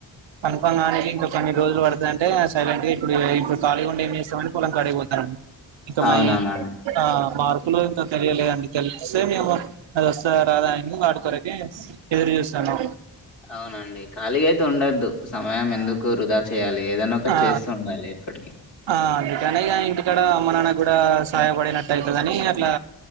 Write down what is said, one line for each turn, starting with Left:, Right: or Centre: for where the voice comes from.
Right: కన్ఫామ్ కానికి ఇంకా కొన్ని రోజులు పడుతు అంటే సైలెంట్ గా ఇప్పుడు ఇడు కాళీ ఉండి ఏం చేస్తామని పొలం క అగిపోతారండి ఇంకా
Left: అవునవును
Right: మ
Left: అది
Right: ఆ మార్పులు ఇంకా తెలియలేదని తెలిస్తే మేము అది వస్తదా రాదా అని వాడి కొరకి ఎదురు చూస్తాను
Left: అవునండి ఖాళీగా అయితే ఉండొద్దు సమయం ఎందుకు
Right: ఆ
Left: వృధా చేయాలి ఏదన్నా ఒకటి
Right: ఆ
Left: చేస్తూ ఉండాలి ఎప్పటికీ
Right: ఆ అందుకని ఇ ఇంటికాడ అమ్మ నాన్న కూడా సహాయపడినట్టు అవుతుందిని అట్లా